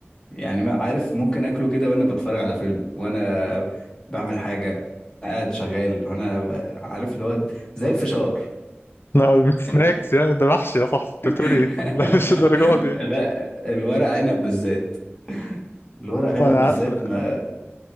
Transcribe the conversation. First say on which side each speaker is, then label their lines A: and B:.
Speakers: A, on the left (about 15°); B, on the left (about 60°).
A: يعني ما عارف ممكن اكله كده وانا بتفرج على فيلم وانا بعمل حاجه قاعد شغال وانا ب- عارف اللي هو زي الفشار
B: لا <laughs> مش سناكس
A: إن-
B: يعني ده محشي يا صاحبي أنت بتقول
A: <laughs>
B: إيه <laughs> لا مش الدرجة دي
A: لا الورق عنب بالذات الورق عنب
B: أنا
A: بالذات
B: عارف
A: ما